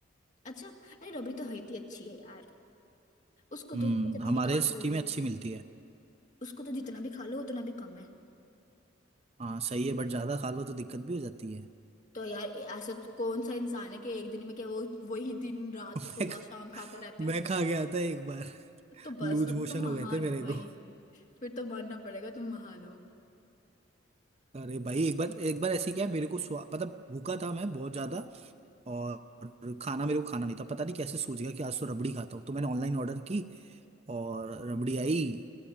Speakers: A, on the left; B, on the right.
A: अच्छा अरे रबड़ी तो होती अच्छी है यार उसको
B: हम्म
A: तो कितना
B: हमारे
A: भी खा लो
B: सिटी में अच्छी मिलती है
A: उसको तो जितना भी खा लो उतना भी कम है
B: हाँ सही है बट ज्यादा खा लो तो दिक्कत भी हो जाती है <laughs>
A: तो यार ऐसा तो कौन सा इंसान है कि एक दिन में क्या वो वही दिन रात
B: मैं
A: सुबह
B: खा,
A: शाम खाता रहता
B: मैं
A: है
B: खा गया था एक बार
A: तो बस
B: लूज
A: तो
B: मोशन
A: तुम
B: हो
A: महान
B: गए थे मेरे
A: हो भाई
B: को
A: फिर तो मानना पड़ेगा तुम महान हो
B: अरे भाई एक बार एक बार ऐसी क्या है, मेरे को स्वा मतलब भूखा था मैं बहुत ज्यादा और खाना मेरे को खाना नहीं था पता नहीं कैसे सूझ गया कि आज तो रबड़ी खाता हूँ तो मैंने ऑनलाइन ऑर्डर की और रबड़ी आई